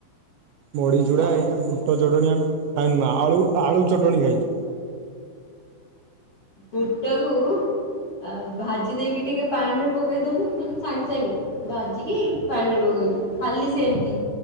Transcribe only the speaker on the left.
ଚ
ବୁଟକୁ ଆ ଭାଜି ଦେଇକି ଟିକେ ପାଣିରେ ପକେଇଦବୁ ମାନେ ସାଙ୍ଗ ସାଙ୍ଗେ ଭାଜିିକି ପାଣିରେ ପକେଇବୁ ଖାଲି ସେମତି